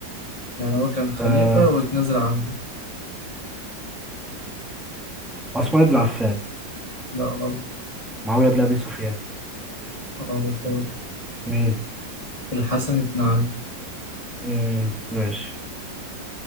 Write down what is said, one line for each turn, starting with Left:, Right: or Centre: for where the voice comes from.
Left: يعني هو كان خليفة
Centre: آه.
Left: واتنازل عنها
Centre: عثمان بن عفان
Left: لا غلط
Centre: معاوية بن أبي سفيان
Left: غلط برضه
Centre: مين
Left: الحسن بن علي
Centre: مم. ماشي